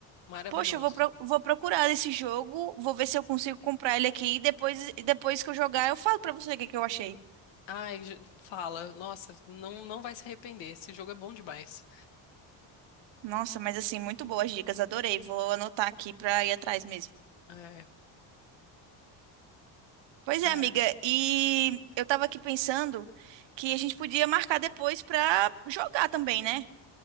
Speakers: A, on the left; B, on the right.
A: Maravilhoso.
B: Poxa, eu vou, pro- vou procurar esse jogo, vou ver se eu consigo comprar ele aqui e depois, e depois que eu jogar eu falo pra você o que que eu achei.
A: Ai, ju- fala. Nossa, não, não vai se arrepender. Esse jogo é bom demais.
B: Nossa, mas assim, muito boas dicas, adorei. Vou anotar aqui pra ir atrás mesmo.
A: É.
B: Pois é,
A: É.
B: amiga, e eu tava aqui pensando que a gente podia marcar depois pra jogar também, né?